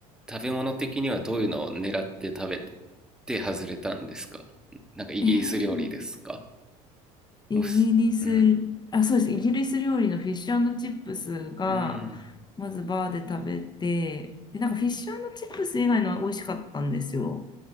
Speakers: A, in the centre; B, on the left (about 25°).
A: 食べ物的にはどういうのを狙って食べてて外れたんですかなんかイギリス料理ですか
B: えーイギリス、
A: うっすうん。
B: あ、そうです、イギリス料理のフィッシュチップスが、
A: うん。
B: まずバーで食べて、で、なんかフィッシュチップス以外のは美味しかったんですよ。